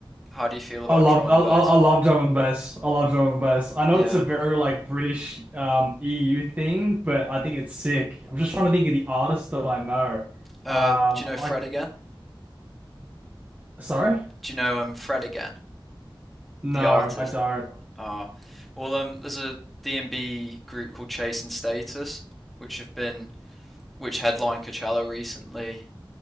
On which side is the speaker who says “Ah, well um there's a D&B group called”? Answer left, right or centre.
Centre